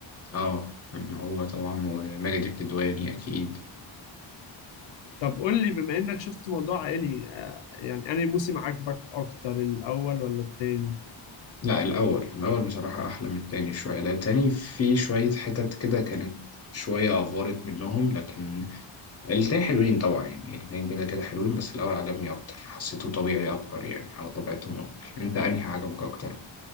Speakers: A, on the left; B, on the left.
A: اه هو طبعا وماجد الكدواني اكيد
B: طب قول لي بما انك شفت موضوع عائلي آه، يعني انهي موسم عجبك اكتر الاول ولا التاني
A: لا الأول الأول بصراحة أحلى من التاني شوية لا التاني في شوية حتت كده كانت شوية أفورت منهم لكن الاتنين حلوين طبعا يعني الاتنين كده كده حلوين بس الأول عجبني أكتر حسيته طبيعي أكتر يعني على طبيعتهم أكتر أنت أنهي عجبك أكتر؟